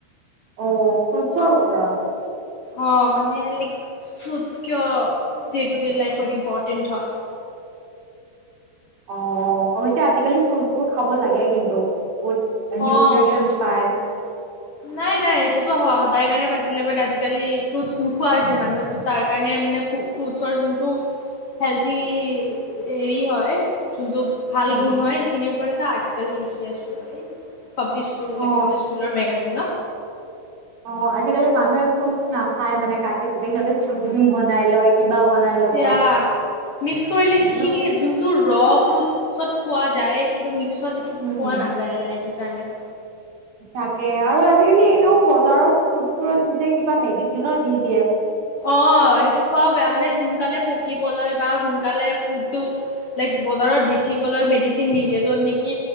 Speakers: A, on the right (about 65°); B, on the left (about 50°).
A: অ ফ্ৰুটছৰ ওপৰত।
B: অ মানে লাইক ফ্ৰুটচ কিয় ডে টু ডে লাইফত ইম্পৰ্টেণ্ট হয়।
A: অ অৱশ্যে আজিকালি ফ্ৰুটচ বোৰ খাব লাগে কিন্তু। ফ নউট্ৰিচন
B: অ
A: পাই।
B: নাই নাই এইটোতো সদায় কাৰণে পাইছিলে বাট আজিকালি ফ্ৰুটছ নোখোৱা হৈছে মানুহটো তাৰ কাৰণে মানে ফ্ৰুটছৰ যোনটো হেল্থি হেৰি হয় যোনটো। ভাল
A: উম
B: গুণ হয় সেইখিনিৰ ওপৰত এটা আৰ্টিকেল লিখি আছো এই পাব্লিছ কৰিব
A: অ
B: লাগে মানে স্কুলৰ মেগাজিন দিনত
A: অ আজিকালি মানুহে ফ্ৰুটচ নাখায় মানে কাটি পুট সিচে চুজ বনাই লয় কিবা বনাই ল'ব
B: সেয়া মিক্স কৰিলে সেইখিনি
A: কিন্তু
B: যোনটো ৰ ফ্ৰুটত পোৱা যায় এইটো ম পিছত সেইটো
A: উম
B: পোৱা
A: হম
B: নাযায় ৰাইটো তানে
A: তাকে আৰু আজিকালি এনেও বজাৰত ফ্ৰুজ ফোৰত গোটেই কিবা মেডিচিনো দি দিয়ে
B: অ সেইটো খোৱাও বেয়া মানে সোনকালে পকিবলৈ বা সোনকালে ফুড বজাৰত বেচিবলৈ মেডিচিন দি দিয়ে যত নেকি‌